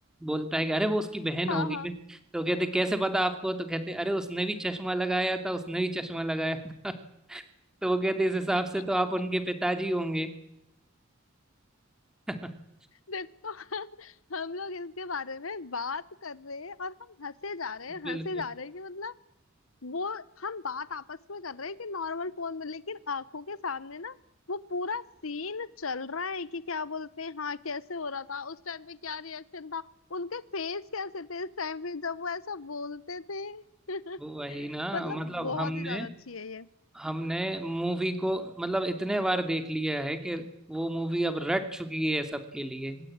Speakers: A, in the centre; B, on the left.
A: बोलता है कि अरे वो उसकी बहन
B: हाँ
A: होगी
B: हाँ
A: बे। तो कहते कैसे पता आपको तो कहते अरे उसने भी चश्मा लगाया था उसने भी चश्मा लगाया था <laughs> तो वो कहते इस हिसाब
B: <laughs>
A: से तो आप उनके पिताजी होंगे <laughs>
B: देखो हम लोग इसके बारे में बात कर रहे हैं और हम हंसे जा रहे हैं
A: बिल्कुल
B: हंसे जा रहे हैं कि मतलब वो हम बात आपस में कर रहे हैं कि नॉर्मल फोन में लेकिन आंखों के सामने ना वो पूरा सीन चल रहा है कि क्या बोलते हैं हाँ कैसे हो रहा था उस टाइम पे क्या रिएक्शन था उनके फेस कैसे थे इस टाइम पे जब वो ऐसा बोलते थे <laughs>
A: वही ना
B: मतलब
A: मतलब
B: बहुत
A: हमने
B: ही ज्यादा अच्छी है ये
A: हमने मूवी को मतलब इतने बार देख लिया है कि वो मूवी अब रट चुकी है सबके लिए